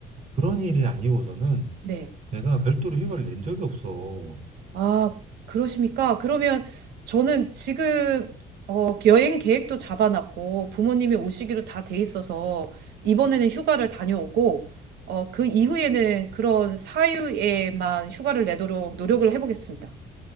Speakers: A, on the right; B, on the right.
A: 그런 일이 아니고서는
B: 네.
A: 내가 별도로 휴가를 낸 적이 없어.
B: 아, 그러십니까? 그러면 저는 지금 어, 여행 계획도 잡아놨고 부모님이 오시기로 다 돼 있어서 이번에는 휴가를 다녀오고 어, 그 이후에는 그런 사유에만 휴가를 내도록 노력을 해보겠습니다.